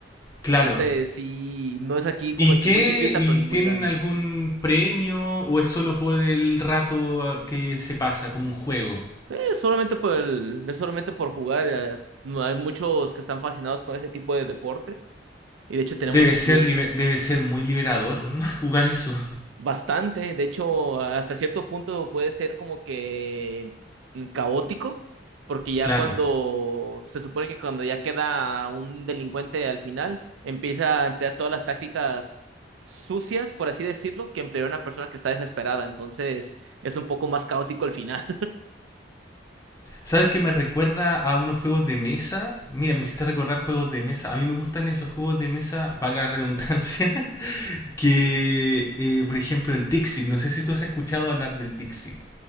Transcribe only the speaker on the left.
Claro.
¿Y qué?
¿Y
tienen
algún premio o es solo por el rato ah, que se pasa, como un juego?
Debe
ser,
liber- debe ser muy liberador ¿no? <laughs> jugar eso.
Claro.
¿Sabes que me recuerda a unos juegos de mesa? Mira,
me
hiciste recordar juegos de mesa. A mí me gustan esos juegos de mesa, valga la redundancia, <laughs> que, eh, por ejemplo, el Dixit. No sé si tú has escuchado hablar del Dixit.